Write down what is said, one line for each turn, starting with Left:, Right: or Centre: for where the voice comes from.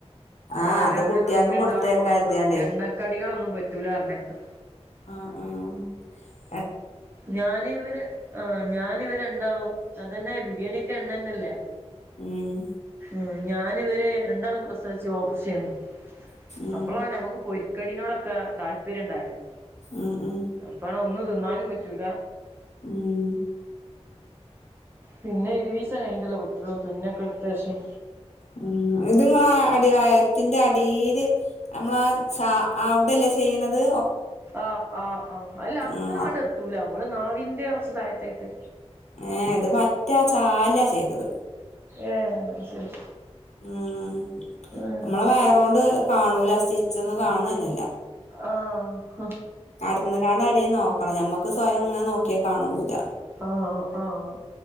Left: ആ
Right: അല്ല
Left: അത്
Right: അങ്ങനെ
Left: കുട്ടികൾക്ക്
Right: തുന്നി
Left: കൊടുത്തേക്കാ
Right: ഉണ്ടാവുമ്പോ
Left: കരുതിയാണ്ടേ
Right: എണ്ണക്കടികളൊന്നും പറ്റൂല പറിനേക്കാ
Left: ആഹ് ആഹ്
Right: ഞാനെ ഇവര് ആഹ് ഞാനെ ഇവരെന്താണോ അതന്നെ ബിരിയാണി എണ്ണന്നല്ലേ
Left: ഉം
Right: ഉം ഞാൻ ഇവരെ രണ്ടാളും പ്രസവിച്ച് ഓപ്പറേഷൻ ചെയ്യുന്നു
Left: ഉം
Right: അപ്പോളാണ് മ്മക്ക് പോരി ക്കടിനോടൊക്കെ താല്പര്യം ഉണ്ടായിരുന്നു
Left: ഉം ഉം
Right: അപ്പണ ഒന്നും തിന്നാനും പറ്റൂല
Left: ഉം
Right: പിന്നെ ഇരുവീസം കഴിഞ്ഞട്ടല്ലോ പറ്റുള്ളൂ തുന്നൊക്കെ അടുത്തശം
Left: ഉം ഇതെങ്ങളെ അടിവയറിന്റെ അടിയിലെ നമ്മളെ സാ അവിടെല്ലേ ചെയ്യണന്നത്
Right: ആഹ് ആഹ് ആഹ് അല്ല അത്രാണ്ട്
Left: ആഹ്
Right: എത്തൂല നമ്മളെ നാവിന്റെ വച്ചതായത്തായിട്ട്
Left: ഏഹ് ഇത് പറ്റ ചാലാ ചെയ്തത്
Right: ഏഹ് ശരി
Left: ഉം
Right: ഉം
Left: നമ്മള് വയറുണ്ട് കാണൂല സ്റ്റിച്ച് ഒന്നും കാണന്നില്ല
Right: ആഹ്
Left: കടന്ന കാട് ആരെയും നോക്കണം ഞമ്മക്ക് സ്വയം അങ്ങനെ നോക്കിയാ കാണന്നില്ല
Right: ആഹ് ആഹ്